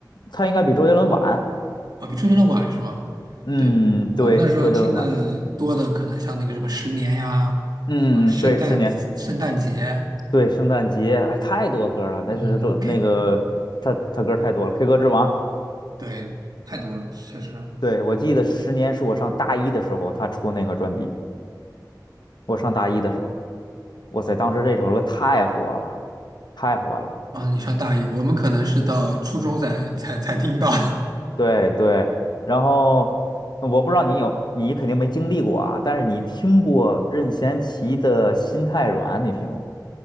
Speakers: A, on the left; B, on the right.
A: 他应该比周杰伦晚。
B: 啊，比周杰伦晚是吗？
A: 嗯，
B: 对，我们那时候听的多的可能像那个什么《十年》呀，
A: 对，周杰伦晚点儿。嗯，
B: 什么圣诞圣诞节，
A: 对，十年，对，圣诞节，哎，太多歌了。但是这那个他他歌太多了，
B: 嗯，K，
A: 《K 歌之王》。
B: 对，太多了，确实。
A: 对，我记得《十年》是我上大一的时候他出那个专辑，我上大一的时候，哇塞，当时这首歌太火了，太火了。
B: 嗯，你上大一，我们可能是到初中才才才听到
A: 对对，然后嗯我不知道你有，你肯定没经历过啊，但是你听过任贤齐的《心太软》，你听过吗？